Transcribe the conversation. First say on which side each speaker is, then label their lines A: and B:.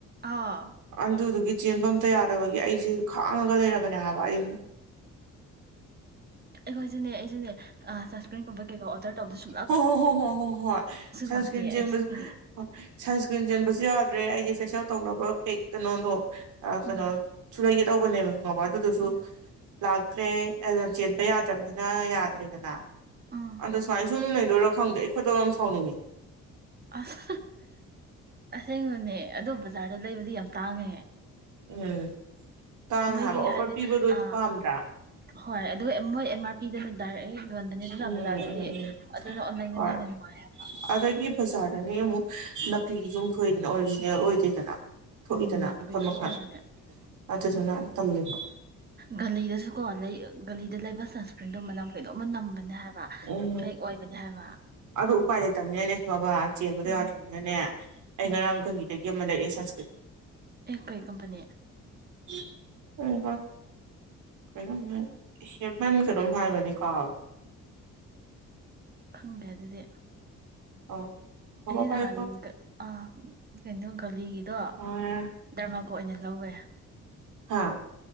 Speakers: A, on the right; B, on the right.
A: ꯑꯥ
B: ꯑꯗꯨꯗꯨ ꯒꯤ ꯆꯦꯟꯕ ꯑꯝꯇ ꯌꯥꯗꯕꯒꯤ ꯑꯩꯁꯦ ꯈꯥꯡꯉꯒ ꯂꯩꯔꯕꯅꯦ ꯍꯥꯏꯕ ꯑꯩ
A: ꯑꯩꯈꯣꯏꯁꯨꯅꯦ ꯑꯩꯁꯨꯅꯦ ꯑ ꯁꯁꯄꯦꯟ ꯇꯦ ꯇ
B: ꯍ ꯍꯣꯏ ꯍꯣ ꯍꯣ ꯍꯣ ꯍꯣꯏ ꯁꯟꯁꯀ꯭ꯔꯤꯟ
A: ꯂꯥꯛꯇꯦ
B: ꯆꯦꯟꯕꯁꯨ
A: ꯑꯩꯁꯨꯅꯤ
B: ꯍ ꯁꯟꯁꯀ꯭ꯔꯤꯟ ꯆꯦꯟꯕ ꯑꯗꯨꯨ ꯌꯥꯗ꯭ꯔꯦ ꯑꯩꯗꯤ ꯐꯦꯁꯤꯌꯦꯜ ꯇꯧꯅꯕ ꯄꯦꯛ ꯀꯩꯅꯣꯗꯣ ꯀꯩꯅꯣ
A: ꯎꯝ
B: ꯁ ꯂꯩꯒꯦ ꯇꯧꯕꯅꯦꯕ ꯈꯪꯉꯕ ꯑꯗꯨꯗꯨꯁꯨ
A: ꯎꯝ
B: ꯂꯥꯛꯇ꯭ꯔꯦ ꯑꯗꯨ ꯆꯦꯟꯕ ꯌꯥꯗ꯭ꯔꯕꯅꯤꯅ ꯌꯥꯗ꯭ꯔꯦꯗꯅ
A: ꯎꯝ
B: ꯑꯗꯣ ꯁꯨꯃꯥꯏ ꯁꯨꯝ ꯂꯩꯗꯣꯏꯔꯣ ꯈꯪꯗꯦ ꯑꯩꯈꯣꯏꯠꯇꯧ ꯌꯥꯝ ꯁꯥꯎꯅꯤꯡꯉꯤ
A: ꯑꯁ ꯑꯁꯦꯡꯕꯅꯦ ꯑꯗꯣ ꯕꯖꯥꯔꯗ ꯂꯩꯕꯗꯤ ꯌꯥꯝ ꯇꯥꯡꯉꯦ
B: ꯎꯝ ꯇꯥꯡ
A: ꯃꯣꯏꯒꯤ
B: ꯍꯥꯏꯕ ꯑꯣꯐꯔ
A: ꯍꯥꯏꯗꯤ
B: ꯄꯤꯕꯗꯣ
A: ꯑ
B: ꯄꯥꯝꯗ꯭ꯔꯥ
A: ꯍꯣꯏ ꯑꯗꯨ ꯃꯣꯏ ꯑꯦꯝ ꯑꯥꯔ ꯄꯤꯗꯅ ꯇꯥꯔꯛꯑꯦ ꯂꯣꯟꯕꯅꯤ ꯑꯗꯨꯅ
B: ꯎꯝ
A: ꯕꯖꯥꯔꯗꯗꯤ
B: ꯎꯝ ꯎꯝ
A: ꯑꯗꯨꯅ ꯑꯣꯟꯂꯥꯏꯗꯅ
B: ꯍꯣꯏ
A: ꯍꯦꯟꯅ ꯅꯨꯡꯉꯥꯏ ꯍꯥꯏꯕ
B: ꯑꯗꯒꯤ ꯕꯖꯥꯔꯗꯅꯦ ꯑꯃꯨꯛ ꯅꯀꯂꯤ ꯁꯊꯣꯏꯗꯅ ꯑꯣꯔꯤꯖꯤꯅꯦꯜ ꯑꯣꯏꯗꯣꯏꯗꯅ ꯊꯣꯛꯏꯗꯅ
A: ꯎꯝ ꯅꯀꯂꯤꯁꯨ
B: ꯃꯈꯜ ꯃꯈꯜ
A: ꯑꯣꯏꯕꯅꯦ
B: ꯑꯗꯨꯗꯨꯅ ꯇꯜꯂꯤꯕ
A: ꯒꯂꯤꯗꯁꯨ ꯀꯣ ꯂꯩ ꯒꯂꯤꯗ ꯂꯩꯕ ꯁꯟꯁꯀ꯭ꯔꯤꯟꯗꯣ ꯃꯅꯝ ꯀꯩꯅꯣꯝꯃ ꯅꯝꯕꯅꯦ ꯍꯥꯏꯕ
B: ꯎꯝ
A: ꯐꯦꯛ ꯑꯣꯏꯕꯅꯦ ꯍꯥꯏꯕ
B: ꯑꯗꯨ ꯎꯄꯥꯏ ꯂꯩꯇꯕꯅꯤꯅꯅꯦ ꯕꯕꯥ ꯆꯦꯟꯕꯗꯣ
A: ꯎꯝ
B: ꯌꯥꯗ꯭ꯔꯕꯅꯤꯅꯅꯦ ꯑꯩ
A: ꯎꯝ
B: ꯉꯔꯥꯡ ꯀꯔꯤꯗꯒꯤ ꯌꯥꯝ ꯑꯃ ꯂꯩꯔꯌꯦ ꯁꯁꯀ꯭ꯔꯤ
A: ꯑꯦ ꯀꯣꯏ ꯀꯝꯄꯅꯤ
B: <unintelligible>
A: ꯈꯪꯗꯦ ꯑꯗꯨꯗꯤ
B: <unintelligible>
A: <unintelligible>
B: ꯄꯥꯏꯌꯨꯀꯣ
A: <unintelligible> <unintelligible> ꯀꯣꯏ
B: ꯑ
A: ꯑꯣꯏꯅ ꯂꯧꯋꯦ
B: ꯍꯥꯥ